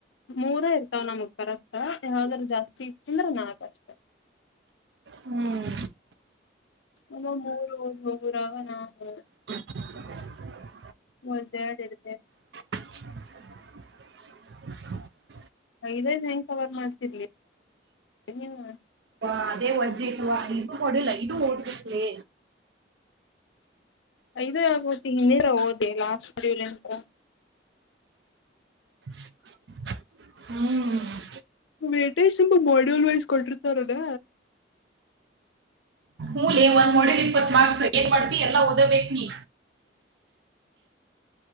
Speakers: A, on the left; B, on the right.
A: ಮೂರ ಇರ್ತಾವ ನಮಗ್ ಕರೆಕ್ಟ್ ಯಾವ್ದ್ರ ಜಾಸ್ತಿ ಇ ಅಂದ್ರೆ ನಾಲ್ಕ ಅಷ್ಟೇ
B: ಹ್ಮ್
A: ನಮ್ಮ ಮೂರು ಹ ಹೋಗೋರಾಗ ನಾವು
B: ಹ <unintelligible>
A: ಮುದ್ದರಡು ಇಡ್
B: <unintelligible>
A: ಐದೈದು ಹೆಂಗೆ ಕವರ್ ಮಾಡ್ತಿರ್ಲಿ ನೀವು
B: ಹಾ ಅದೇ ಉಜ್ಜಿ ಇದು ಓಡಲ್ಲ ಇದು ಓಡುತೈತೆ
A: ಐದು ಆಬತಿ ಇನ್ನೀರ ಓದೆ ಲಾಸ್ಟ್ ಮಡೂಲ್ ಎಂತ
B: ಹ್ಮ <unintelligible>
A: ವೇಟೇಶ್ ತುಂಬಾ ಮಾಡ್ಯೂಲ್ ವೈಸ್ ಕೊಟ್ಟಿರ್ತಾರ ಅದ
B: ಮೂಲೆ ಒಂದ್ ಮೊಡಲಿ ಇಪ್ಪತ್ ಮಾರ್ಕ್ಸ್ ಏನ್ ಮಾಡ್ತಿ ಎಲ್ಲಾಓದಬೇಕಕ್ ನೀ